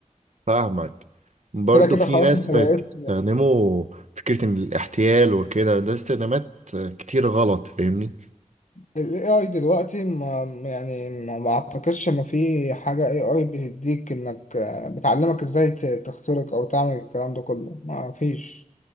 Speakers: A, on the right (about 60°); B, on the left (about 70°).
A: فاهمك برضه
B: كده كده
A: في
B: خلاص
A: ناس
B: انت
A: بقت
B: بقيت
A: بتستخدمه فكرة إن الاحتيال وكده ده استخدامات كتير غلط فاهمني
B: ال AI دلوقتي ما يعني ما ما اعتقدش انه في حاجة AI بتديك انك آه، بتعلمك ازاي ت- تخترق او تعمل الكلام ده كله ما فيش